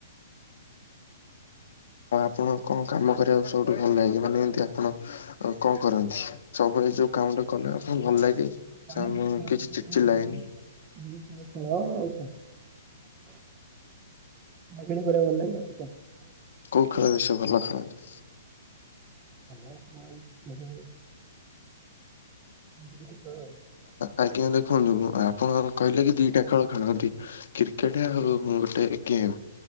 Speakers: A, on the left; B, on the right.
A: ହଁ ଆପଣ କଣ କାମ କରିବାକୁ ସବୁଠୁ ଭଲ ଲାଗେ ମାନେ ଏମିତି ଆପଣ ଆଉ କଣ କରନ୍ତି ସବୁବେଳେ ଯୋଉ କାମ ଟା କଲେ ଆପଣକୁ ଭଲ ଲାଗେ।
B: କାମ
A: ସାର
B: କରିବାକୁ
A: ମୁଁ କିଛି
B: ଭଲ
A: ଚିଚି ଲାଇନ।
B: ଲାଗେ <unintelligible> <unintelligible>
A: କୋଉ ଖେଳ ବେଶୀ ଭଲ ଖେଳନ୍ତି?
B: <unintelligible>
A: ଆଜ୍ଞା ଦେଖନ୍ତୁ ଆପଣ କହିଲେ କି, ଦିଟା ଖେଳ ଖେଳନ୍ତି। କ୍ରିକେଟ ଆଉ ଗୋଟେ ଏ ଗେମ୍।